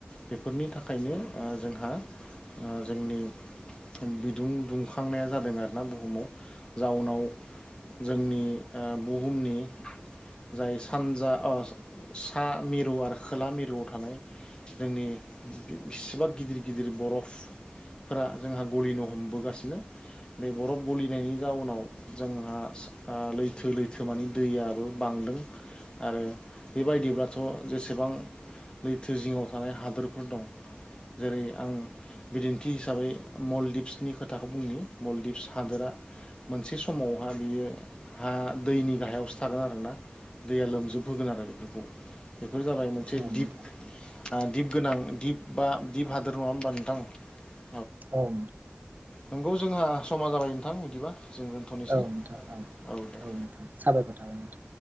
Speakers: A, on the left (about 25°); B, on the right (about 45°).
A: बेफोरनि थाखायनो आ जोंहा आ जोंनि बिदुं दुंखां। थांनाया जादों आरोना बुहुमाव जाउनाव। जोंनि आ बुहुमनि। जाय सानजा अ सा मिरु आरो खोला मिरुआव थानाय। जोंनि बि बिसिबा गिदिर गिदिर बरफ। फोरा जोंहा गलिनो हमबोगासिनो बे बरफ गलिनायनि जाउनाव जोंहा लैथो लैथोमानि दैयाबो बांदों आरो बेबायदिब्लाथ जेसेबां लैथो जिङाव थानाय हादरफोर दं जेरै आं बिदिन्थि हिसाबै मलदिप्सनि खोथाखौ बुंनि मलदिप्स हादोरा मोनसे समावहा बियो हा दैनि गाहायावसो थागोन आरोना दैया लोमजोबबोगोन आरो बेफोरखौ बेफोर जाबाय मोनसे
B: औ नोंथां
A: दिप दिप गोनां दिप बा दिप हादर नङा होमबा नोंथां
B: औ
A: नोंगौ जोंहा समा जाबाय नोंथां बिदिबा जों दोनथनोसै
B: औ नोंथां
A: औ दे
B: नोंथां साबायखर थाबाय नोंथां